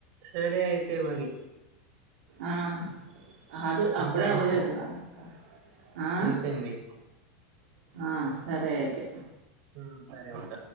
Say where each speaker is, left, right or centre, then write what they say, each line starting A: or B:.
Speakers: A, on the right (about 55°); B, on the right (about 80°).
A: సరే ఐతే మరి
B: ఆ కాదు అప్పుడే
A: ఉంటాను
B: అవ్వలేదుగా ఇంకా ఆ
A: అయిపోయింది
B: అ సరే అయితే
A: మ్మ్ సరే ఉంట